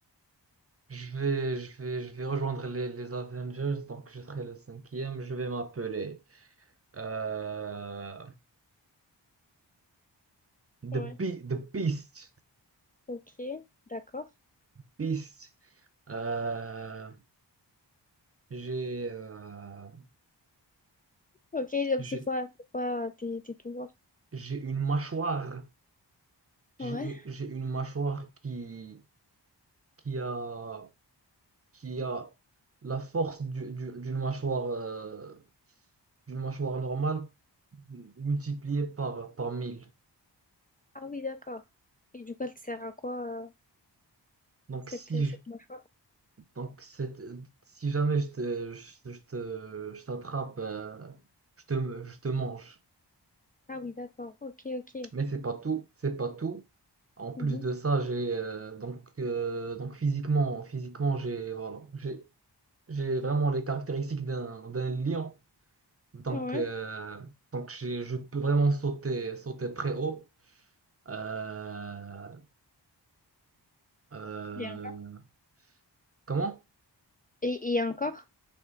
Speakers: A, on the right; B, on the left.
A: je vais, je vais, je vais rejoindre les, les Avengers. Donc, je serai le cinquième. Je vais m'appeler euh, The
B: Ouais.
A: Be- The Beast,
B: Ok, d'accord.
A: Beast. Euh, j'ai, euh,
B: Ok, donc
A: j'ai,
B: c'est quoi, c'est quoi tes, tes pouvoirs?
A: j'ai une mâchoire. J'ai
B: Ouais.
A: une, j'ai une mâchoire qui, qui a qui a la force du- du- d'une mâchoire, euh, d'une mâchoire normale multipliée par, par mille
B: Ah oui, d'accord. Et du coup, elle te sert à quoi, euh,
A: Donc,
B: cette,
A: si,
B: cette
A: je-
B: mâchoire?
A: donc c'est- si jamais je te, je, je te, je t'attrape, euh, je te, je te mange.
B: Ah oui, d'accord. Ok, ok.
A: Mais c'est pas tout, c'est pas tout. En plus
B: Mhm.
A: de ça, j'ai euh, donc, euh, donc physiquement, physiquement j'ai voilà, j'ai j'ai vraiment les caractéristiques d'un d'un lion. Donc,
B: Ouais.
A: euh, donc j'ai- je peux vraiment sauter, sauter très haut. Euh, euh,
B: Bien.
A: comment?
B: Et, et encore?